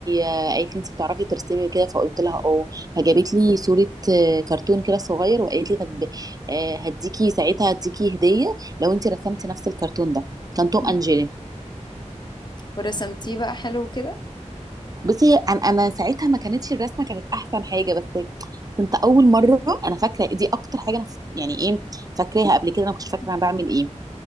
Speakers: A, on the right (about 30°); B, on the left (about 35°).
A: آه، قالت لي انت بتعرفي ترسمي كده فقلت لها اه فجابت لي صورة آه، كرتون كده صغير وقالت لي طب آه، هديكي ساعتها هديكي هدية لو انت رسمتي نفس الكرتون ده كان توم
B: مم.
A: اند جيري
B: ورسمتيه بقى حلو كده
A: بصي انا انا ساعتها ما كانتش الرسمه كانت احسن حاجه بس كنت اول مره انا فاكره دي اكتر حاجه انا ف- يعني ايه فاكراها قبل كده انا ما كنتش فاكره
B: مم.
A: انا بعمل ايه